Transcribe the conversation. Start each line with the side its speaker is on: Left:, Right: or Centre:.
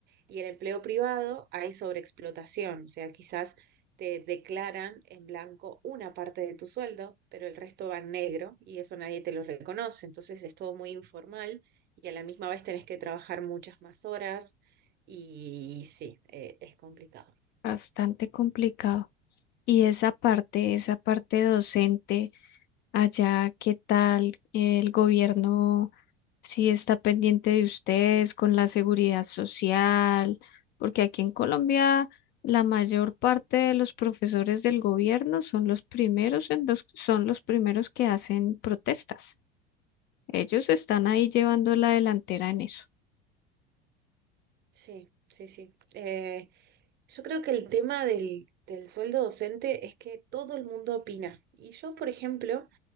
Right: Y el empleo privado hay sobreexplotación, o sea, quizás te declaran en blanco una parte de tu sueldo, pero el resto va en negro y eso nadie te lo reconoce. Entonces es todo muy informal y a la misma vez tenés que trabajar muchas más horas y, sí, eh, es complicado.
Left: Bastante complicado. Y esa parte, esa parte docente, allá, ¿qué tal el gobierno? Si está pendiente de ustedes con la seguridad social, porque aquí en Colombia la mayor parte de los profesores del gobierno son los primeros en los, son los primeros que hacen protestas. Ellos están ahí llevando la delantera en eso
Right: Sí, sí, sí. Eh, Yo creo que el tema del, del sueldo docente es que todo el mundo opina. Y yo, por ejemplo,